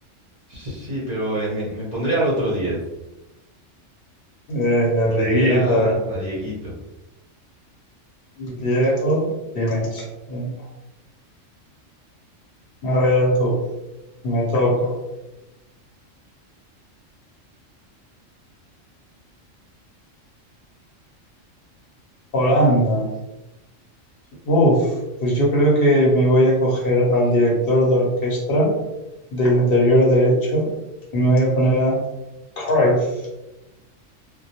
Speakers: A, on the right (about 45°); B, on the left (about 55°).
A: Sí, pero eh, me, me pondré al otro 10.
B: eh, el
A: Me pondré
B: Dieguito,
A: a, a Dieguito.
B: Diego y Messi. Venga, a ver tú, me toca. Holanda, uf, pues yo creo que me voy a coger al director de orquesta de interior derecho y me voy a poner a Cruyff.